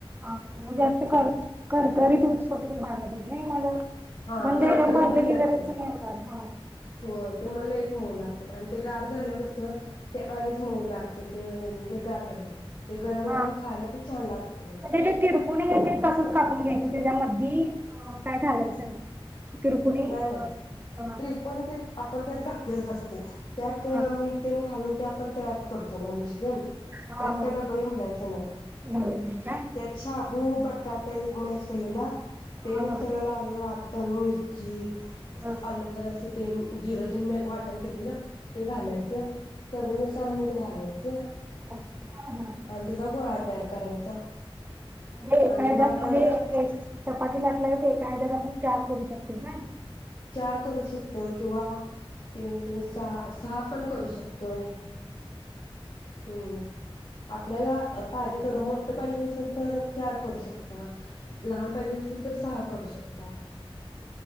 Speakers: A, on the right; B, on the left.
A: आतमध्ये करकरीत होइसतोपर्यंत भाजायचं मग
B: हा
A: मंद
B: करकरीत
A: ह्याच्यावर भाजले
B: भारी लागत्यात
A: की जरासं हे हुणार हा
B: हो ते मग लईच मऊ लागत्यात आणि ते गार झाल्यावर कसं ते आणीच मऊ लागत्यात म्हणजे गार झाले की ते गरम
A: हा
B: गरम खायला ते छान लागते
A: मग ते <unintelligible> तसच कापून घ्यायच त्याच्यामधी काय घालंयचं नाही. तिरपुणी
B: नाही
A: अ,
B: नाही
A: हा
B: त्रिकोणी तेत आपण त्यात घात लेलच असतय त्यात
A: हा
B: मीठ तेन घालून त्या आपण तयार करतोयना मिश्रण
A: हा हा
B: त्यात काय डबल घालायचं नाही.
A: घालायचं काय
B: त्यात शाबू बटाट मॅश केलेला
A: हा
B: ते मिक्सरला
A: हा
B: लावलेलं वाट <unintelligible> चित
A: हा हा
B: आल जरासं तेन जिरं तुंम्या वाटन केलेलं? ते घालायचं, चावीनुसार मीठ घालायचं,
A: म्हणजे
B: आणि त्याचा गोळा तयार. करायचा,
A: <unintelligible> एका
B: आणि
A: ह्याच्यात
B: मग आपण च
A: आपन चार करू शकतोय काय?
B: चार करू शकतोय किंवा तीन तीन सहा सहा पण करू शकतो तोय हं.. आपल्याला पाहिजे तेवढं मो.. त पायजे नसलं तर, चार करू शकता. लहान पाहिजे असलं तर सहा करू शकता..